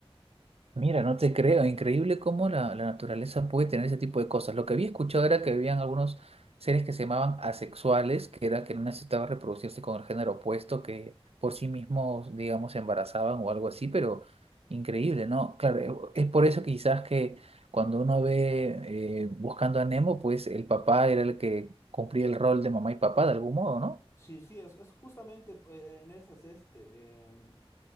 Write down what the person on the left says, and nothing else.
Sí, sí, es, es justamente pues, en esas, este, em,